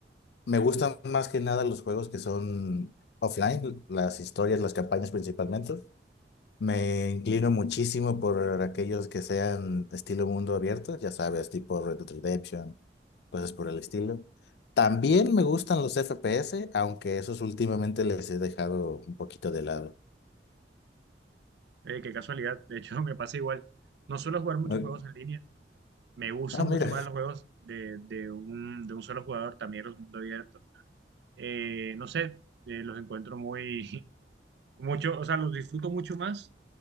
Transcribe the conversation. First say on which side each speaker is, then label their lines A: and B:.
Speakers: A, on the left (about 65°); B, on the right (about 70°).
A: me gustan más que nada los juegos que son offline, las historias, las campañas principalmente. Me inclino muchísimo por aquellos que sean estilo mundo abierto, ya sabes, tipo Red Dead Redemption, cosas por el estilo. También me gustan los FPS, aunque esos últimamente les he dejado un poquito de lado.
B: Eh, qué casualidad. De hecho, <laughs> me pasa igual. No suelo jugar muchos
A: Ah,
B: juegos en línea. Me gustan
A: ah, mira,
B: mucho más los juegos de, de un, de un solo jugador, también los mundo abierto. Eh, no sé, eh, los encuentro muy, <laughs> mucho, o sea, los disfruto mucho más